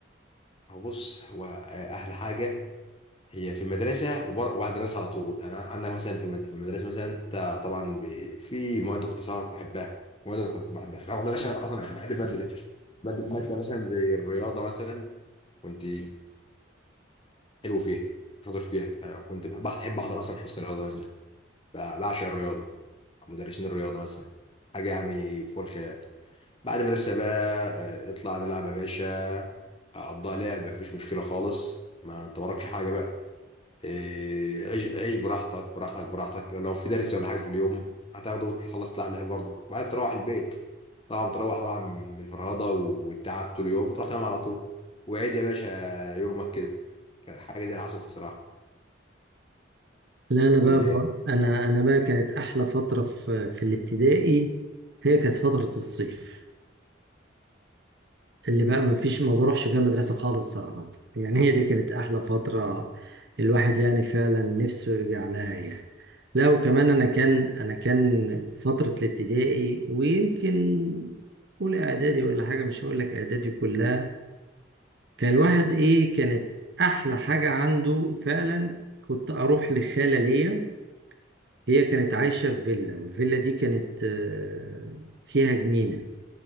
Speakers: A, on the left; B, on the right.
A: هو بص هو آه، احلى حاجه هي في المدرسة وبر... وبعد المدرسة على طول يعني أنا أنا مثلا في المد- في المدرسة مثلا أنت طبعا ب... في مواد كنت صعب بحبها مواد أنا كنت بحبها رغم إن أنا عشان أصلا بحب المادة دي مادة مادة مثلا زي الرياضة مثلا كنت حلو فيها شاطر فيها فأنا كنت بحب بحب أحضر أصلا حصة الرياضة مثلا ب- بعشق الرياضة مدرسين الرياضة مثلا حاجة يعني فوق الخيال بعد المدرسة بقى آه، اطلع نلعب يا باشا أقضيها لعب مفيش مشكلة خالص ما أنت وراكش حاجة بقى إيه، عيش عيش براحتك براحتك براحتك لو في درس ولا حاجه في اليوم هتاخده وتخلص تلعب لعب برضك بعدين تروح البيت طبعا تروح طبعا من الفرهده والتعب طول اليوم وتروح تنام على طول وعيد يا باشا يومك كده كانت حاجه زي اللي حصلت الصراحه
B: لا انا بقى,
A: ولا ايه
B: بقى انا انا بقى كانت احلى فتره في في الابتدائي هي كانت فتره الصيف اللي بقى ما فيش ما بروحش فيها مدرسه خالص صراحه يعني هي دي كانت احلى فتره الواحد يعني فعلا نفسه يرجع لها يعني لا وكمان انا كان انا كان فتره الابتدائي ويمكن اولى اعدادي ولا حاجه مش هقول لك اعدادي كلها كان الواحد ايه كانت احلى حاجه عنده فعلا كنت اروح لخاله ليا هي كانت عايشة في فيلا والفيلا دي كانت آه، فيها جنينة